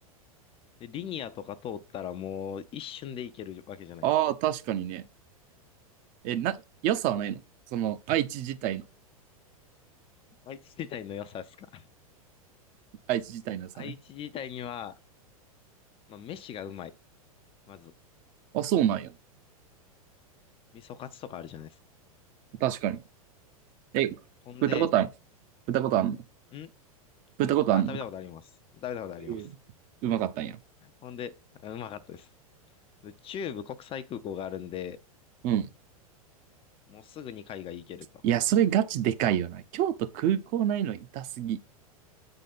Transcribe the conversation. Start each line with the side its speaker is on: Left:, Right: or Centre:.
Left: で、リニアとか通ったらもう一瞬で行けるわけじゃないですか。
Right: ああ、確かにね。え、な、良さはないのその、愛知自体の。
Left: 愛知 <laughs> 自体の良さですか。
Right: 愛知自体の良さね。
Left: <laughs> 愛知自体には、まあ、飯がうまい。まず、
Right: あ、そうなんや。
Left: 味噌カツとかあるじゃないですか。
Right: 確かに。え、食ったことある
Left: ほんで、
Right: 食ったことあるの
Left: ん
Right: 食ったことあんの
Left: あ、食べたことあります。食べたことあります。
Right: うんうまかったんや。
Left: ほんで、あうまかったです。で、中部国際空港があるんで、
Right: うん。
Left: もうすぐに海外行けると。
Right: いや、それガチでかいよな。京都空港ないの痛すぎ。